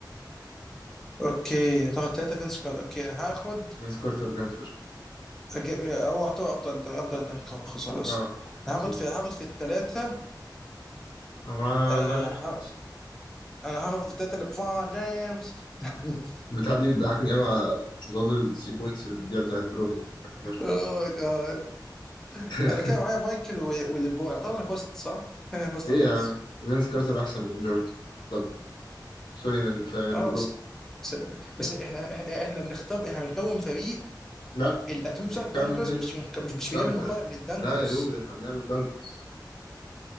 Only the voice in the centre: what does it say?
اوكي هتاخد ثلاثة فينس كارد اوكي انا هاخد
أجيب- هو اعتبر افضل افضل دنك خلاص خلاص
أنا
هاخد في هاخد في الثلاثة
آه ه- انا هاخد في الثلاثة لبرون جيمس <laughs>
اوه جاد
انا كده معايا مايكل و- والليبرون اعتقد انا فزت صح؟ انا فزت
انا خلاص
اه
بس بس, بس احنا احنا احنا بنختار احنا بنكون فريق
الاتوبيس
بتاع
الدنكرز مش بنك- مش مش بنعمل
مقارنة بين الدنكرز